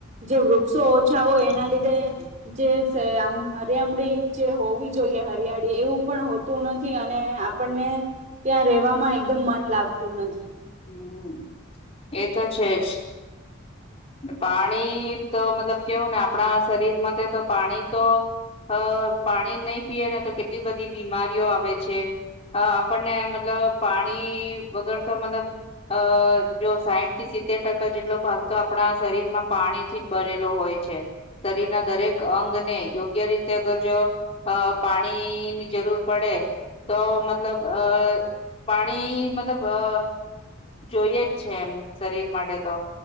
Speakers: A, on the right (about 35°); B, on the left (about 30°).
A: જે વૃક્ષો ઓછા હોય એના લીધે જે આમ હરિયામડી જે હોવી જોઈએ હરિયાળી એવું પણ હોતું નથી અને આપણ ને ત્યાં રેવામાં એકદમ મન લાગતું નથી.
B: હમ એ તો છે, જ પાણી તો મતલબ કેવું ને આપણા શરીર માટે તો પાણી તો અ પાણી નહી પીએ ને તો કેટલી બધી બીમારીઓ આવે છે, અ આપને મતલબ પાણી વગર તો મતલબ અ જો સાઈતથી સિત્તેર ટકા જેટલો ભાગ તો આપણા શરીરમાં પાણી થી જ બનેલો હોય છે. શરીરના દરેક અંગને યોગ્ય રીતે અગર જો અ પાણીની જરૂર પડે તો મતલબ અ પાણી મતલબ અ જોઈએ જ છે એમ શરીર માટે તો